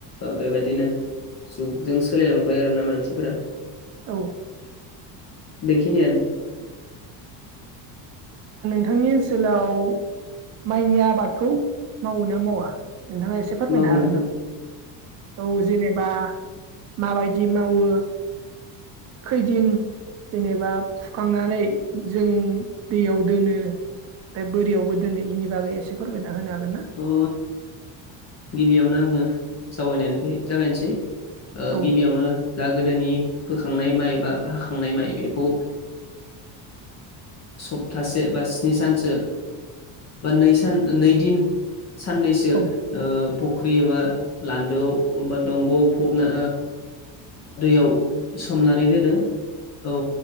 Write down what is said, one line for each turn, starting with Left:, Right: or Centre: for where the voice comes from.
Left: बेबायदिनो जुगजों सोलायलांबाय आरोना मानसिफोरा
Right: औ
Left: बेखिनि आनो
Right: बिथांनि ओनसोलाव माइनि आबादखौ मावो ना मावा नोंथाङा एसे फोरमायनो
Left: मावो
Right: हागोन
Left: नोंथां
Right: नामा औ जेनेबा माबायदि मावो खैदिन जेनेबा फुखांनानै जों दैयाव दोनो ओमफ्राय बोरियावबो दिनैनि बागै एसे फोरमायना होनो हागोन ना
Left: अ गिबियावनो आङो जावायनायनिफाय जागायनोसै
Right: औ
Left: गिबियावनो दा गोदोनि फोखांनाय माइ बा हाखांनाय माइ बेखौ सप्तासे बा स्नि सानसो बा नै सान नै दिन साननैसो
Right: औ
Left: फख्रि एबा लान्दोआव बा दंग'आव फबना दैयाव सोमनानै दोनो औ